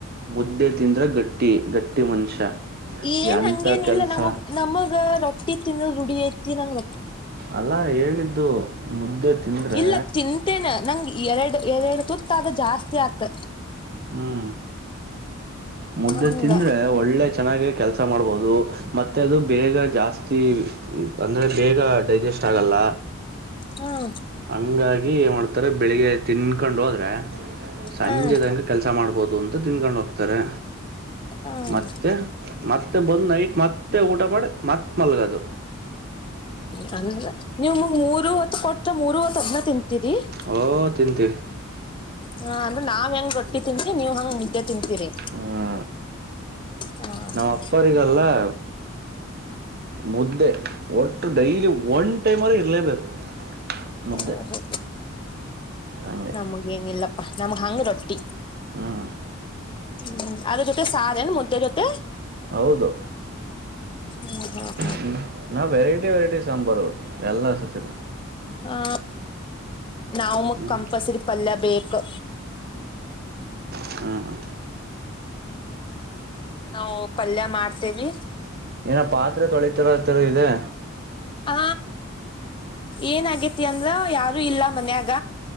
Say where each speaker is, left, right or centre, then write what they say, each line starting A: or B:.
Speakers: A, on the right; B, on the left.
A: ಮುದ್ದೆ ತಿಂದ್ರೆ ಗಟ್ಟಿ ಗಟ್ಟಿ ಮನುಷ್ಯ.
B: ಏನ್
A: ಎಂತ
B: ಹಂಗೇನ್
A: ಕೆಲ್ಸ
B: ಇಲ್ಲ ನಮ್ ನಮಗ ರೊಟ್ಟಿ ತಿನ್ನೋದು ರೂಡಿ ಐತಿ ನಂಗ
A: ಅಲ್ಲ ಹೇಳಿದ್ದು ಮುದ್ದೆ ತಿಂದ್ರೆ
B: ಇಲ್ಲ ತಿಂತೇನೆ ನಂಗ ಎರಡು ಎರಡು ತುತ್ತಾಗ ಜಾಸ್ತಿ ಆತ್
A: ಹ್ಮ್. ಮುದ್ದೆ
B: ಹಂಗ
A: ತಿಂದ್ರೆ ಒಳ್ಳೆ ಚೆನ್ನಾಗಿ ಕೆಲಸ ಮಾಡ್ಬೋದು ಮತ್ತೆ ಅದು ಬೇಗ ಜಾಸ್ತಿ ಅಂದರೆ ಬೇಗ ಡೈಜೆಸ್ಟ್ ಆಗಲ್ಲ.
B: ಹ್ಹಾ.
A: ಹಂಗಾಗಿ ಏನ್ ಮಾಡ್ತಾರೆ ಬೆಳಿಗ್ಗೆ ತಿನ್ಕೊಂಡು ಹೋದರೆ ಸಂಜೆದಂಗೆ
B: ಹ್ಮ್
A: ಕೆಲಸ ಮಾಡ್ಬೋದು ಅಂತ ತಿನ್ಕೊಂಡು ಹೋಗ್ತಾರೆ
B: ಹ್ಮ್
A: ಮತ್ತೆ ಮತ್ತೆ ಬಂದು ನೈಟ್ ಮತ್ತೆ ಊಟ ಮಾಡಿ ಮತ್ತ ಮಲಗೋದು.
B: ಹಂಗ ನಿಮಗ್ ಮೂರವತ್ ಕೊಟ್ರ ಮೂರವತ್ತು ಅದ್ನ ತಿಂತಿರೀ <inaudible>
A: ಹೋ ತಿಂತೀವಿ.
B: ಹಾ ಅಂದ್ರೆ ನಾವ್ ಹೆಂಗ ರೊಟ್ಟಿ ತಿಂತೀ ನೀವ್ ಹಂಗ್ ಮುದ್ದೆ ತಿಂತೀರಿ.
A: ಹ್ಹಾ
B: ಹ ಹಾ
A: ನಮ್ಮ್ ಅಪ್ಪರಿಗಲ್ಲ <inaudible> ಮುದ್ದೆ ಒಟ್ಟು ಡೈಲಿ ಒನ್ ಟೈಮ್ ರ ಇರಲೇಬೇಕು. ಮುದ್ದೆ
B: ಓಹೋ
A: ಹಂಗೆ
B: ನಮಗ ಏನಿಲ್ಲಪ್ಪಾ ನಮ್ಗ್ ಹಂಗ ರೊಟ್ಟಿ.
A: ಹ್ಮ್
B: ಹ್ಮ್ ಅದರ ಜೊತೆ ಸಾರ್ ಎನು ಮುದ್ದೆ ಜೊತೆ.
A: ಹೌದು.
B: ಹ್ಮ ಹ್ಮ್.
A: ಹ್ಮ್ ನಾವು ವೆರೈಟಿ ವೆರೈಟಿ ಸಾಂಬಾರು ಎಲ್ಲಾ ಸತೀನೂ.
B: ಹ್ಹಾ ನಾವ ಮಕ್
A: ಹ್ಮ್
B: ಕಂಪಲ್ಸರಿ ಪಲ್ಯ ಬೇಕು.
A: ಹ್ಮ್.
B: ನಾವು ಪಲ್ಯ ಮಾಡ್ತೇವಿ
A: ಏನೋ ಪಾತ್ರೆ ತೊಳಿತಿರೋ ತರ ಇದೆ.
B: ಹ ಏನ ಆಗೇತಿ ಅಂದ್ರೆ ಯಾರು ಇಲ್ಲ ಮನ್ಯಾಗ